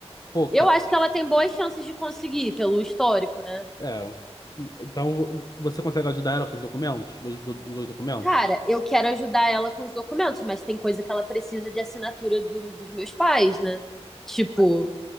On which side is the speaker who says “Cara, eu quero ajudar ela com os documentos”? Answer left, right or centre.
Centre